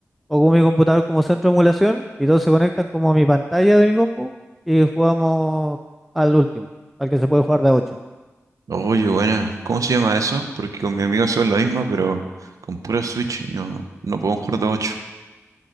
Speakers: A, in the centre; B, on the right.
A: ocupo mi computador como centro de emulación y todos se conectan como a mi pantalla de mi compu y jugamos al último, al que se puede jugar de a 8.
B: Oye, bueno, ¿cómo se llama eso? Porque con mi amigo son la misma, pero con pura Switch y no, no podemos jugar de ocho